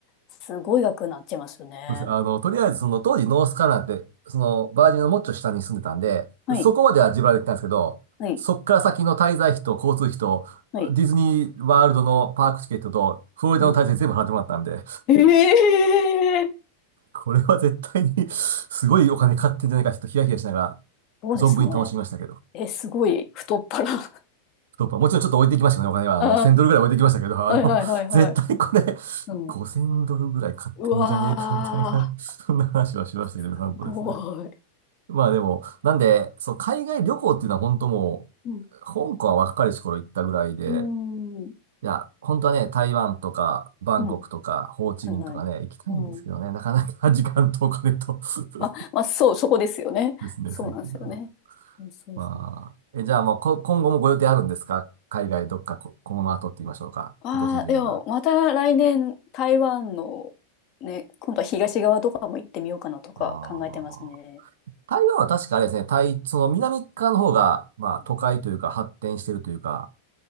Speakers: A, on the left; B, on the right.
A: すごい額になっちゃいますよね。
B: うです <laughs> あの、とりあえず、その、当時、ノースカロライナって、その、バージンのもっちょ下に住んでたんで、
A: はい、
B: そこまでは自腹で行ったんですけど、
A: はい、
B: そっから先の滞在費と交通費と、
A: はい。
B: ディズニーワールドのパークチケットと、フロリダの滞在費全部払ってもらったんで
A: うん。
B: <laughs>
A: ええ
B: これは絶対に <laughs> すごいお金買ってんじゃないか、ちょっとヒヤヒヤしながら、
A: そうですね。
B: 存分に楽しみましたけど。
A: え、すごい、太っ腹。<laughs>
B: 太っ腹もちろんちょっと置いていきましたけどね、お金は。あの、
A: あ
B: 1000ドルぐらい置いていきましたけど、
A: あ、
B: あの、
A: はいはいはいはい。
B: <laughs> 絶対これ、
A: うん。
B: 5000ドルぐらい買ってるんじゃねえか、
A: うわ
B: みたいな、<laughs> そんな話はしましたけど、
A: ー、
B: なんとですね。
A: すごい。
B: まあでも、なんで、そう、海外旅行っていうのは本当もう、
A: うん。
B: 香港は若い頃行ったぐらいで、
A: うーん。
B: いや、本当はね、台湾とか、バンコクとか、
A: うん。
B: ホーチミンとかね、
A: はいはい。
B: 行きたいんですけどね、
A: うん。
B: なかなか時間とお金と <laughs>
A: ま、まあ、そう、そこですよね。
B: ですね、
A: そうなんですよね。
B: さっきが。
A: うんそうそう。
B: まあ、え、じゃあもうこ、今後もご予定あるんですか海外どっかこ、この後って言いましょうか。
A: ああ、
B: 今年中には。
A: でも、また来年、台湾の、ね、今度は東側とかも行ってみようかなとか考えてますね。
B: ああ。台湾は確かあれですね、台、その南側の方が、まあ都会というか発展してるというか、